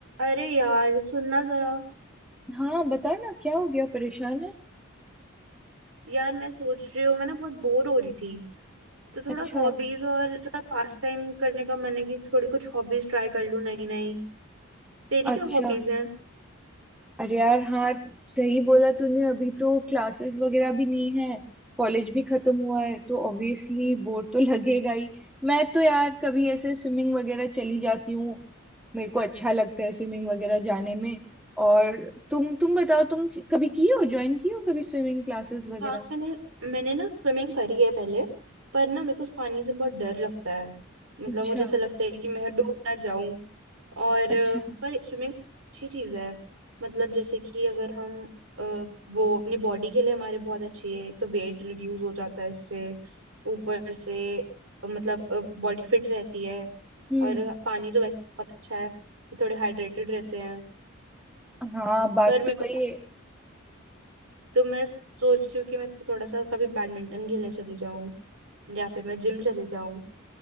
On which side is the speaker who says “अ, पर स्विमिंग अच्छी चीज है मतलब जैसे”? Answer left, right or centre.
Right